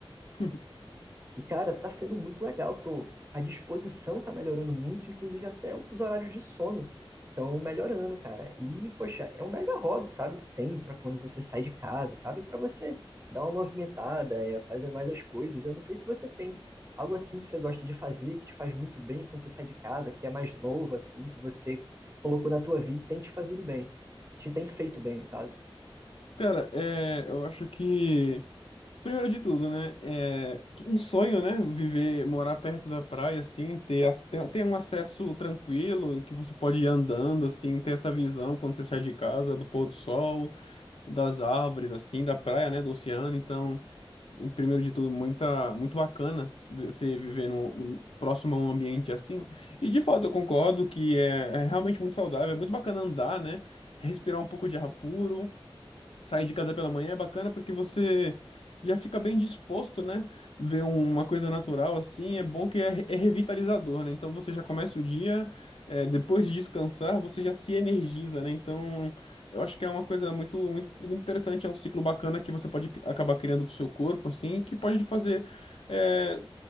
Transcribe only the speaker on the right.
E, cara, tá sendo muito legal. Tô, a disposição tá melhorando muito, inclusive até os horários de sono estão melhorando, cara. E, poxa, é um mega hobby, sabe, que tem pra quando você sai de casa, sabe? Pra você dar uma movimentada, é, fazer mais as coisas. Eu não sei se você tem algo assim que você gosta de fazer, que te faz muito bem quando você sai de casa, que é mais novo, assim, que você colocou na tua vida e tem te fazido bem. Te tem feito bem, no caso.